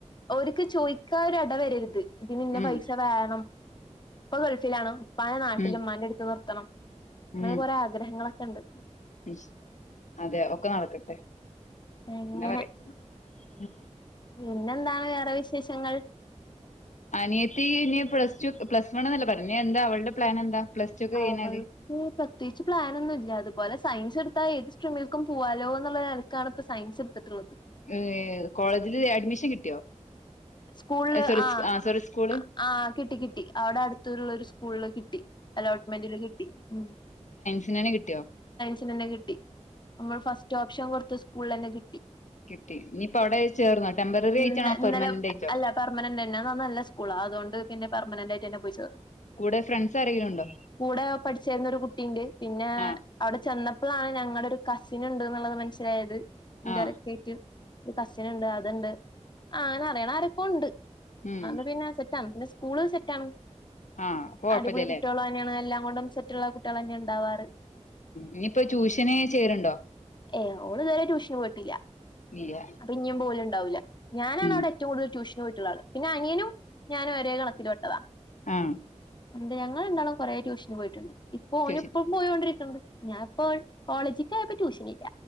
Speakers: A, on the left; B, on the left.
A: ഒര്ക്ക്ചോയിക്കാനൊരെടവരര്ത് ഇതിന് ഇന്ന
B: ഉം
A: പൈസ വേണം ഇപ്പൊ ഗൾഫിലാണോ പല നാട്ടിലും
B: ഉം
A: മണിയെടുക്കുന്നോർ ത്തണം അങ്ങനെ
B: ഉം
A: ഒരാഗ്രഹങ്ങള് ക്ക്ണ്ട്
B: ഉം അതെ ഒക്കെ നടക്കട്ടെ
A: അങ്ങനെ
B: എന്ന പറയ് ഉം
A: പിന്നെന്താണ് വേറെ വിശേഷങ്ങൾ
B: അനിയത്തി ഇനി പ്ലസ് ടു പ്ലസ് വൺന്നല്ലെ പറഞ്ഞ ഇനി എന്താ അവളുടെ പ്ലാൻ എന്താ പ്ലസ് ടു ഒക്കെ കഴിഞ്ഞാല്
A: അവൾക്ക് പ്ലസ്‌ ത്തേയ്ച്ച് പ്ലാനൊന്നുവല്ല അതുപോലെ സയൻസ് എടുത്താ ഏത് സ്ട്രീമിൽക്കും പോവാ വാവന്നുള്ള <unintelligible> ഒരൽക്കാണ് ഇപ്പം സയൻസ് ഇട്ത്തിട്ട്ള്ളത്
B: ഏഹ് കോളേജില് അഡ്മിഷൻ കിട്ടിയോ
A: സ്കൂളില്
B: സോറി
A: ആഹ്
B: ആ സോറി സ്കൂള്
A: ആഹ് കിട്ടി കിട്ടി അവിടെ അടുത്തുള്ള ഒരു സ്കൂളില് കിട്ടി അലോട്ട്മെന്റില് കിട്ടി ഉം
B: എങ്ങനെ കി ട്ടിയോ
A: ന്‌ നന്നെ കിട്ടി നമ്മൾ ഫസ്റ്റ് ഓപ്ഷൻ കൊട് ത്ത സ്കൂൾ ള്ളന്നെ കിട്ടി
B: കിട്ടി ഇനിയിപ്പോ അവിടെ ചേർന്നോ ടെമ്പററി
A: ഇന്നെ
B: ആയിട്ടാണോ
A: ഇന്നലെ
B: പെർമനന്റ് ആയിട്ടോ
A: അല്ല പെർമനന്റെന്നെ ആ ന്ന നല്ല സ്കൂളാ അതുകൊണ്ട് പിന്നെ പെർമനന്റായിട്ടന്നെ പോയി ചേർ
B: കൂടെ ഫ്രണ്ട്സ് ആരെങ്കിലും ഉണ്ടോ
A: കൂടെ പഠിച്ചിരുന്നൊരു കുട്ടിണ്ട് പിന്നെ
B: ആ
A: അവടെ ചെന്നപ്പളാണ് ഞങ്ങള്ടൊരു കസിനുണ്ട് ന്ന്ള്ളത് മന്സ്സിലായത് ഇൻ
B: ആ
A: ഡയറക്റ്റായിട്ട് ഒര് കസിനുണ്ട് അത്ണ്ട് ആ ഞാനറിയ്ണ ആരൊക്കോണ്ട്
B: ഉം
A: ആന്ന് പിന്നെ സെറ്റാണ് പിന്നെ സ്‌ സ്കൂള് സെറ്റാണ്
B: ആ കൊഴപ്പില്ലല്ലേ
A: അടിപൊളി കുട്ട്യാളന്നേണ് എല്ലാം കൊണ്ടും റ്റുള്ള കുട്ട്യാളന്നെ ഇണ്ടാവാറ്
B: ഇഞ്ഞ്പ്പോ ട്യൂഷന് ചേര്ണ്ടോ
A: ഏ‌ ഓള് ഇത് വരെ ട്യൂഷന് പോയിട്ടില്ല
B: ഇല്ല
A: അപ്പൊ ഇനിയും പോവല് ഉണ്ടാവില്ല ഞാനാണ്
B: ഉം
A: ഇവിടെ ഏറ്റവും കൂടുതൽ ട്യൂഷന് പോയിട്ടുള്ള ആള് പിന്നെ അനിയനും ഞാനും ഒരേ കണത്തിൽ പെട്ടതാ
B: ആഹ്
A: അണ്ട് ഞങ്ങൾ രണ്ടാളും കൊറെ ട്യൂഷൻ പോയിട്ടുണ്ട് ഇപ്പോ ഓനിപ്പോ
B: ട്യൂഷൻ
A: പോയോണ്ടിരിക്കണ്ട് ഞാനിപ്പോ കോളേജിൽ <unintelligible> ട്യൂഷൻ ഇല്ല